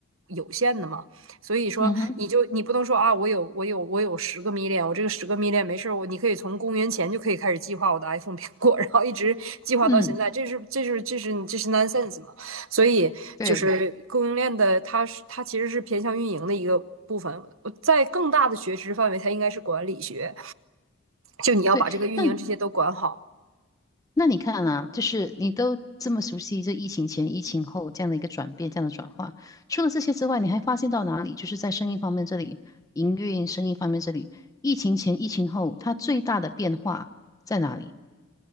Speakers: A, on the right; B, on the left.
A: 有限的嘛，所以说你就你不能说啊，
B: 嗯哼
A: 我有我有我有十个 m 恋，我这个十个 m 恋没事我你可以从公元前就可以开始计划我的 iPhone 苹果，然后一直计划到现在，
B: 嗯，
A: 这是这是这是这是 nonsense 嘛？所以就是供应链的，
B: 对
A: 它是它其实是偏向运营的一个部分。在更大的学知范围，它应该是管理学，就你要把这个运营这些都管好。
B: 对。那那你看啊，就是你都这么熟悉这疫情前、疫情后这样的一个转变、这样的转化，除了这些之外，你还发现到哪里？就是在生意方面这里，营运生意方面这里，疫情前、疫情后，它最大的变化在哪里？